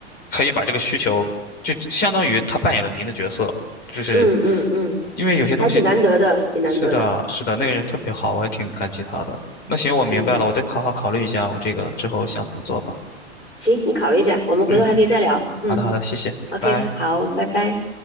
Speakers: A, on the left; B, on the left.
A: 可以把这个需求就相当于他扮演了您的角色，就是
B: 嗯嗯嗯，
A: 因为有些东西
B: 还挺难得的，挺难得的。
A: 是的，是的，那个人特别好，我还挺感激他的。那行，我明白了，
B: 嗯，
A: 我再好好考虑一下我这个之后想怎么做吧。
B: 行，你考虑一下，我们回头还可以再聊。
A: 嗯。
B: 嗯
A: 好的，好的，谢谢，拜拜。
B: ，OK，好，拜拜。